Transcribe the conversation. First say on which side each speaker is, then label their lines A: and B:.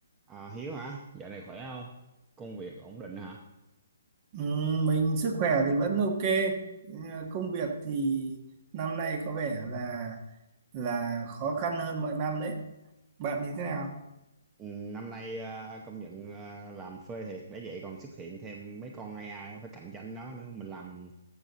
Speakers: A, on the right (about 15°); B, on the right (about 35°).
A: À, Hiếu hả? Dạo này khỏe không? Công việc ổn định hả?
B: Ừ, mình sức khỏe thì vẫn ok Ừ, công việc thì năm nay có vẻ là là khó khăn hơn mọi năm đấy bạn thì thế nào
A: Ừ, năm nay à, công nhận à, làm phê thiệt để vậy còn xuất hiện thêm mấy con AI phải cạnh tranh nó nữa. Mình làm